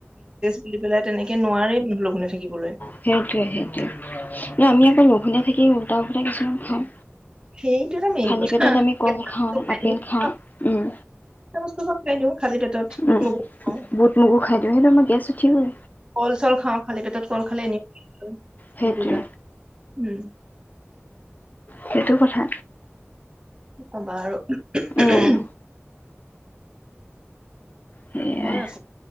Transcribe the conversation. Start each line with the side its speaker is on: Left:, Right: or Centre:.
Right: বুলি পেলাই তেনেকে নোৱাৰে লঘোনে থাকিবলৈ।
Left: সেইটোৱে সেইটোৱে, না আমি আকৌ লঘুনে থাকি উলটা ফুলটা কিছুমান খাওঁ।
Right: সেইটো এটা মেইন
Left: খালী
Right: কথা
Left: পেটত আমি কল খাওঁ, আপেল খাওঁ উম।
Right: <unintelligible> বস্তু চব খাই লও, খালি পেটত বুট
Left: উম
Right: মগু খাওঁ।
Left: বুট মগু খাই দিওঁ সেইটো আমাৰ গেছ উঠিবৈ।
Right: কল চল খাও খালী পেটত কল খালে এনে <unintelligible> সেইটো
Left: সেইটোৱে
Right: এটা উম।
Left: <unintelligible> সেইটো কথা।
Right: কি কবা আৰু উ উহ
Left: উম
Right: উহু।
Left: সেয়াই
Right: হয় আকৌ